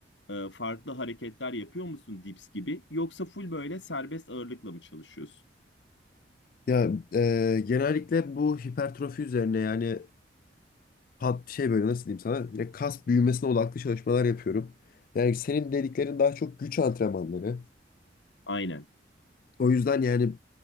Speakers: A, on the left (about 85°); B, on the left (about 50°).
A: e, farklı hareketler yapıyor musun dips gibi? Yoksa full böyle serbest ağırlıkla mı çalışıyorsun?
B: Ya e, genellikle bu hipertrofi üzerine yani pat- şey böyle nasıl diyeyim sana direkt kas büyümesine odaklı çalışmalar yapıyorum. Yani senin dediklerin daha çok güç antrenmanları.
A: Aynen.
B: O yüzden yani